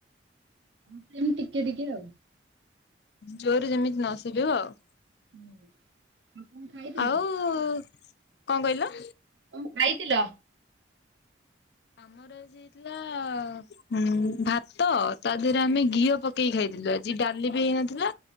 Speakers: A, on the right; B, on the left.
A: ସେମତି ଟିକେ ଟିକେ ଆଉ।
B: ଜୋରରେ ଯେମିତି ନ ଶୁଭିବ ଆଉ।
A: ହୁଁ ଆଉ କଣ ଖାଇଥିଲ?
B: ଆଉ ଆଉ କଣ କହିଲ?
A: କଣ ଖାଇଥିଲ?
B: ଆମର ଆଜି ହେଇଥିଲା ଉମ୍ ଭାତ, ତା ଦେହରେ ଆମେ ଘିଅ ପକେଇ ଖାଇ ଥିଲୁ ଆଜି ଡାଲି ବି ହେଇନଥିଲା,